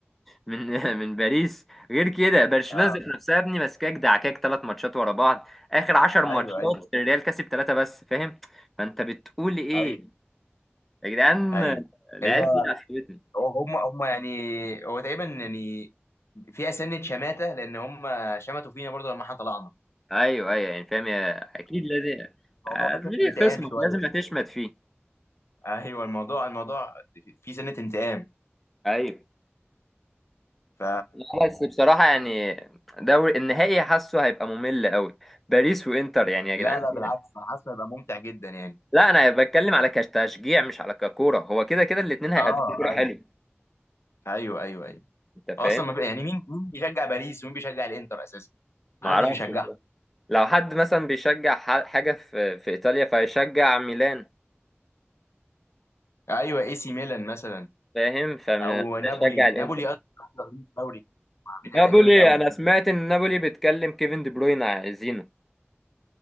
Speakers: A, in the centre; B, on the left (about 80°).
A: من <laughs> من باريس غير كده برشلونه
B: اه
A: ذات نفسها يا ابني ماسكاك دعكاك ثلاث ماتشات ورا بعض اخر 10 ماتشات
B: ايوه ايوه
A: الريال كسب ثلاثه بس فاهم فانت بتقول ايه
B: ايوه
A: يا جدعان
B: ايوه
A: العيال
B: هي
A: دي عصبتني
B: هم هم يعني هو تقريبا يعني فيها سنه شماته لان هم شمتوا فينا برضو لما احنا طلعنا
A: ايوه ايوه يعني فاهم يا اكيد لازم
B: الموضوع
A: آه،
B: داخل
A: ليه
B: في انتقام
A: خصمك
B: شويه
A: لازم هتشمت فيه
B: ايوه الموضوع الموضوع فيه سنه انتقام
A: ايوه
B: ف
A: لا بس بصراحه يعني دوري النهائي حاسه هيبقى ممل قوي باريس وانتر يعني يا جدعان
B: لا لا بالعكس
A: إيه ده؟
B: انا حاسس هيبقى ممتع جدا يعني
A: لا انا بتكلم على كتشجيع مش على ككوره هو كده كده الاثنين هيقدموا
B: اه
A: كوره
B: ايوه
A: حلو
B: ايوه ايوه ايوه
A: انت
B: اصلا
A: فاهم
B: ما بقى- يعني مين مين بيشجع باريس ومين بيشجع الانتر اساسا
A: ما
B: محدش
A: اعرفش
B: بيشجعها
A: لو حد مثلا بيشجع ح- حاجة في في إيطاليا فيشجع ميلان
B: ايوه اي سي ميلان مثلا
A: فاهم فمش
B: او نابولي
A: هيشجع الانتر
B: نابولي اصلا واخدين الدوري عاملين
A: نابولي
B: اداء جامد قوي
A: انا سمعت ان نابولي بيتكلم كيفن دي بروين عايزينه